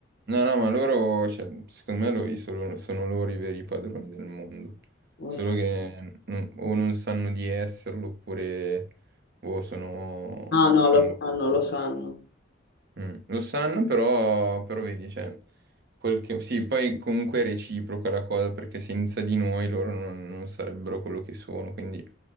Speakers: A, on the right; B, on the left.
A: No, no, ma loro, cioè, secondo me lo- sono, sono loro i veri padroni del mondo,
B: Eh
A: solo
B: sì.
A: che non- o non sanno di esserlo oppure boh, sono,
B: Ah no,
A: sono
B: lo sanno, lo sanno.
A: Mm, Lo sanno, però, però vedi, cioè, quel che- sì, poi comunque è reciproca la cosa, perché senza di noi loro non, non sarebbero quello che sono, quindi